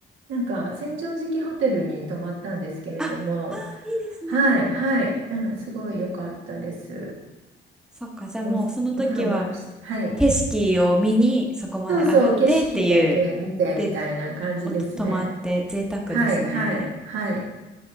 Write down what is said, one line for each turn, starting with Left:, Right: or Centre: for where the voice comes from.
Right: なんか、千畳敷ホテルに泊まったんですけれども、
Centre: ああーいいですね。
Right: はい、はい、うんすごい良かったです。
Centre: そっか、じゃあもうその時は
Right: お、お風呂もあるし、はい。
Centre: 景色を見にそこまで上がってっていう。
Right: そうそう、景色だけ見てみたいな感じですね。
Centre: で、おと泊まって贅沢ですね。
Right: はい、はい、はい。